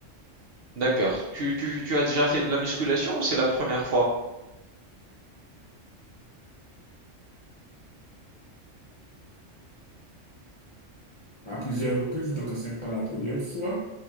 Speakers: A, on the right; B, on the left.
A: D'accord. Tu, tu, tu as déjà fait de la musculation ou c'est la première fois?
B: À plusieurs reprises, donc ce n'est pas la première fois.